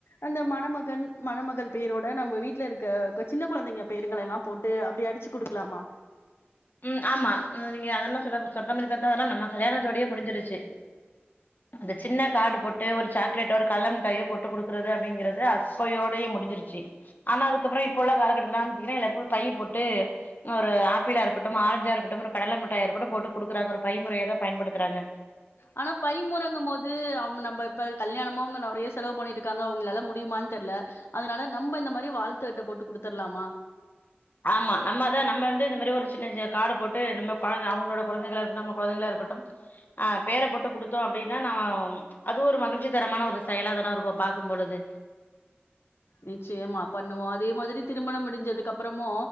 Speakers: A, on the left; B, on the left.
A: அந்த மணமக் கன் மணமகள் பெயரோட நம்ம வீட்ல இருக்க சின்ன கொழந்தைங்க பெயருங்களெல்லா போட்டு அப்படி அடிச்சு குடுக்கலாமா
B: ம் ஆமா நீங்க அத <unintelligible> அதல்லா நம்ம கல்யாணத்தோடயே முடிஞ்சிருச்சு அந்த சின்ன காடு போட்டு ஒரு சாக்லேட்ட ஒரு கள்ள முட்டாயோ போட்டு குடுக்குறது அப்டிங்கறது அப்பயோடயே முடிஞ்சிருச்சு ஆனா அதுக்கப்பறோ இப்போ உள்ள காலக்கட்டத்துலா <unintelligible> பைய் போட்டு ஒரு ஆப்பிளா இருக்கட் டும் ஆரஞ்சா இருக்கட்டும் கடல மிட்டாயா இருக்கட்டும் போட்டு குடுக்குறாங்க ஒரு பைமுறையதா பயன் படுத்துறாங்க
A: ஆனா பை முறங்கும் போது அவ் நம்ப இப்ப கல்யாணமா <unintelligible> ஏஸ் செலவு பண்ணிட்ருக்காங்க அவங்களால முடியுமான் தெர்ல அதனால நம்ம இந்த மாரி வாழ்த்து அட்ட போட்டு குடுத்தர்லாமா
B: ஆமா நம்மதா நம்ம வந்து இந்த மேரி ஒரு சின்ன சின்ன காடு போட்டு நம்ம கொழந்த அவங்களோட கொழந்தைகளா இருக்கட்டும் நம்ம கொழந்தைகளா இருக்கட்டும் ஆ பேர போட்டு குடுத்தோ அப்டின்னா நம்ம அது ஒரு மகிழ்ச்சி தரமான ஒரு செயலாதான இருக்கு பாக்கும் போழுது
A: நிச்சயமா பண்ணுவோ அதே மாதிரி திருமணம் முடிஞ்சதுக்கு அப்புறமு